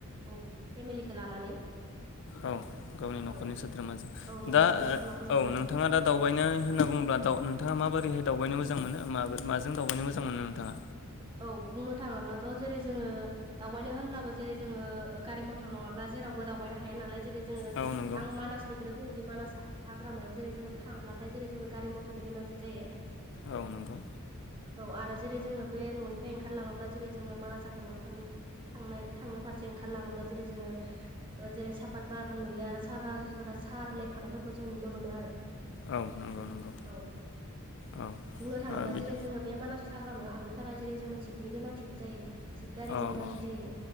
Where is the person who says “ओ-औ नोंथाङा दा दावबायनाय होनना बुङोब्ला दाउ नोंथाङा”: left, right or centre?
Left